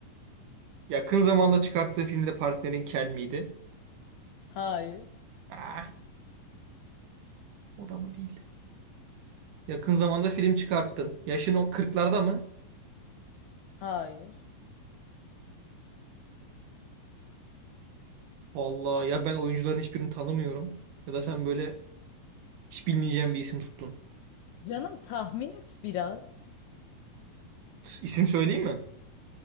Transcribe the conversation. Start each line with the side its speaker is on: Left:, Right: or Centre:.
Right: Yakın zamanda çıkarttığı filmde partnerin kel miydi?
Left: Hayır.
Right: Ah, o da mı değil? Yakın zamanda film çıkarttın. Yaşın o kırklarda mı?
Left: Hayır.
Right: Vallahi ya ben oyuncuların hiçbirini tanımıyorum. Ya da sen böyle hiç bilmeyeceğim bir isim tuttun.
Left: Canım tahmin et biraz.
Right: İsim söyleyeyim mi?